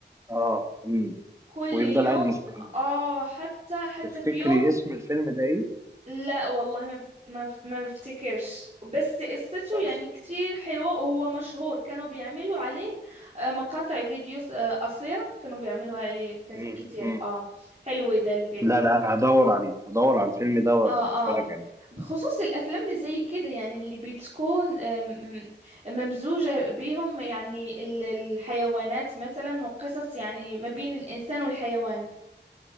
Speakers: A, on the right (about 15°); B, on the right (about 35°).
A: آه مم.
B: كل
A: ويفضل
B: يوم
A: قاعد مستني
B: اه حتى حتى
A: تفتكري
B: في يوم
A: اسم الفيلم ده إيه؟
B: لا والله ما بت... ما بف- ما بفتكرش بس قصته
A: دبش
B: يعني كتير حلوة وهو مشهور كانوا بيعملوا عليه آه، مقاطع فيديوز آه، قصيرة كانوا بيعملوا عليه كت-
A: مم.
B: كتير
A: مم.
B: اه حلو ده الفيلم
A: لا لا انا هدور عليه هدور على الفيلم ده واتفرج
B: اه اه
A: عليه
B: بخصوص الافلام اللي زي كده يعني اللي بتكون آم، ممزوجة بيهم يعني ال- الحيوانات مثلا وقصص يعني ما بين الانسان والحيوان